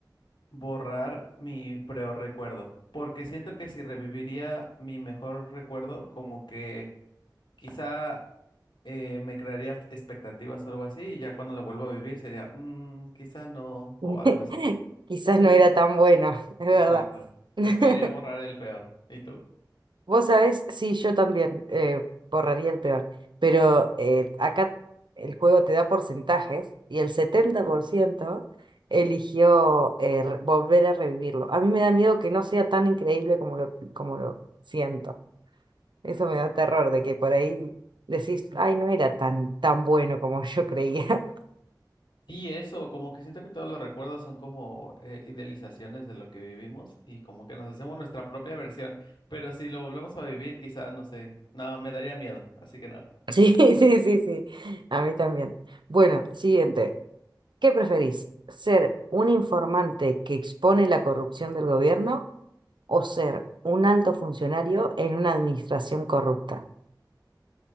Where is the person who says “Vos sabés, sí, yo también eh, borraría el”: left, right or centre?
Right